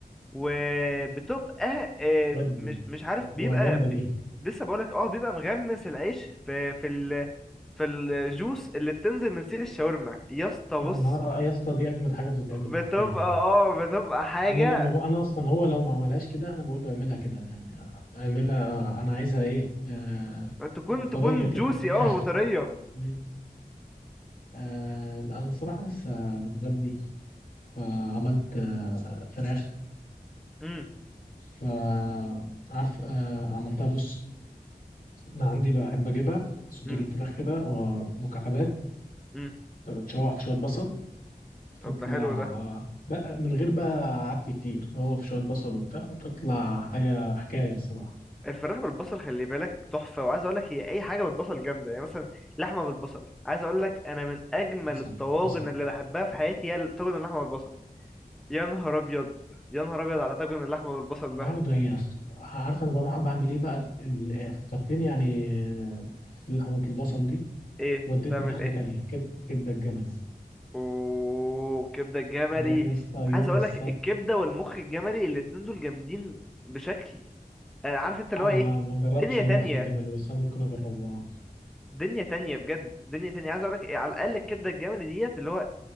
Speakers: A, in the centre; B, on the left.
A: وبتبقى آه،
B: ودي
A: مش مش عارف
B: هتبقى
A: بيبقى
B: جامدة
A: ب...
B: دي
A: لسه بقولك اه بيبقى مغمس العيش في في ال... في الجوس اللي بتنزل من سيخ الشاورما يا اسطى
B: يا
A: بص
B: نهار آه، يا اسطى دي أجمد حاجة بتتعمل
A: بتبقى
B: حرفيا يعني
A: اه بتبقى حاجة
B: انا لما ب... انا اصلا هو لو ما عملهاش كده انا بقول له اعملها كده يعني اعملها انا عايزها ايه آه...
A: تكون تكون
B: طريه كده
A: جوسي
B: <laughs>
A: اه وطرية
B: يعني، آه... انا الصراحه لسه متغدي فعملت آه... فراخ
A: امم
B: فعارف آه... عملتها بص انا عندي بحب اجيبها صدور
A: امم
B: الفراخ كده ومكعبات
A: امم
B: تشوح في شويه بصل بتطلع
A: طب ده حلو ده
B: بقى من غير بقى عك كتير هو في شويه بصل وبتاع بتطلع حاجه حكايه الصراحه
A: الفراخ بالبصل خلي بالك تحفة وعايز اقول لك هي اي حاجة بالبصل جامدة يعني مثلا لحمة بالبصل عايز اقول لك انا من اجمل
B: حصل
A: الطواجن
B: حصل
A: اللي بحبها في حياتي هي طاجن اللحمة بالبصل يا نهار ابيض يا نهار ابيض على طاجن اللحمة بالبصل ده
B: النهارده هي أص- عارفه انا بروح بعمل ايه بقى ال- في الطرفين يعني حته لحمه البصل دي
A: ايه
B: ودتني
A: تعمل
B: لحاجه
A: ايه
B: تانية كب... كبده الجمل
A: وكبدة الجملي
B: بروح يا اسطى
A: عايز
B: يوم
A: اقول
B: السبت
A: لك الكبدة والمخ الجملي الاتنين دول جامدين بشكل انا عارف انت اللي
B: انا
A: هو ايه
B: ما جربتش
A: دنيا
B: المخ
A: تانية
B: الجملي بس انا ممكن اجربه اه
A: دنيا تانية بجد دنيا تانية عايز اقول لك على الاقل الكبدة الجملي ديت اللي هو